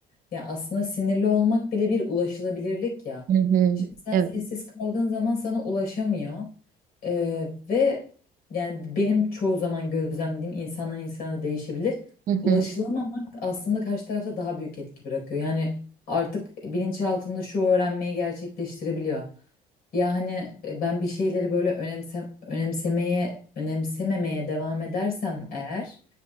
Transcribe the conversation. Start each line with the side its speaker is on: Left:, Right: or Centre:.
Left: Ya aslında sinirli olmak bile bir ulaşılabilirlik ya.
Right: Hı hı.
Left: Şimdi sen
Right: Evet.
Left: sessiz kaldığın zaman sana ulaşamıyor. Ee, ve yani benim çoğu zaman gözlemlediğim insandan insana değişebilir.
Right: Hı hı.
Left: Ulaşılamamak aslında karşı tarafta daha büyük etki bırakıyor. Yani artık bilinçaltında şu öğrenmeyi gerçekleştirebiliyor. Ya hani e, ben bir şeyleri böyle önemsem, önemsemeye, önemsememeye devam edersem eğer